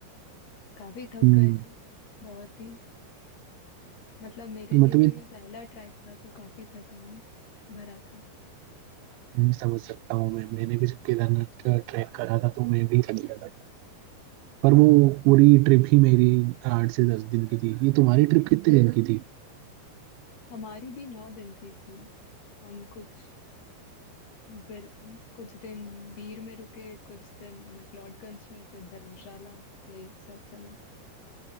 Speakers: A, on the left; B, on the right.
A: काफी थक
B: हम्म
A: गए थे बहुत ही मतलब मेरे
B: तो
A: लिए
B: मतलब
A: तो
B: ये
A: ये पहला ट्रैक था तो काफी थकान भरा था
B: हम्म, समझ सकता हूँ मैं मैंने भी जब केदारनाथ का ट्रैक करा था तो मैं भी थक गया था पर वो पूरी ट्रिप ही मेरी आठ से दस दिन की थी ये तुम्हारी ट्रिप कितने दिन की थी
A: हमारी भी नौ दिन की थी हम कुछ बिर, कुछ दिन बीर में रुके कुछ दिन मैक्लोडगंज में फिर धर्मशाला यही सब चला